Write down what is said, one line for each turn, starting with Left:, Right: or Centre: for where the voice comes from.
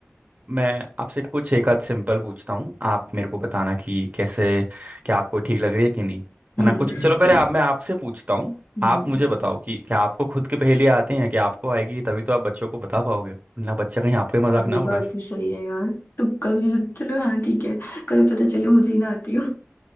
Right: मैं आपसे कुछ एक आध सिंपल पूछता हूँ आप मेरे को बताना कि कैसे क्या आपको ठीक लग रही है कि नहीं
Left: हम्म
Right: है ना कुछ चलो पहले आप मैं आपसे पूछता हूँ
Left: हम्म,
Right: आप मुझे बताओ कि क्या आपको खुद की पहेली आती हैं कि आपको आएगी तभी तो आप बच्चों को बता पाओगे ना बच्चा कहीं आपका ही मजाक
Left: ये
Right: ना उड़ा
Left: बात
Right: <laughs>
Left: भी सही है यार तुक्का भी चलो हाँ ठीक है कभी पता चले मुझे ही ना आती हो